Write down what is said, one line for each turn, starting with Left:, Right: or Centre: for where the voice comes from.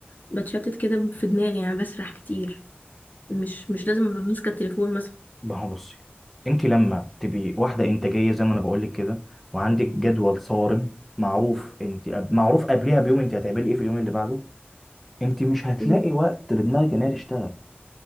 Left: بتشتت كده في دماغي يعني بسرح كتير مش مش لازم ابقى ماسكه التليفون مثلا
Centre: ما هو بصي انت لما تبقي واحده انتاجيه زي ما انا بقول لك كده وعندك جدول صارم معروف انت معروف قبلها بيوم انت هتعملي ايه في اليوم اللي بعده انت مش هتلاقي
Left: مم.
Centre: وقت لدماغك ان هي تشتغل